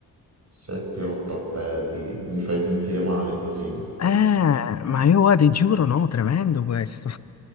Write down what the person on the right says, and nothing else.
7-8 appelli, mi fai sentire male così?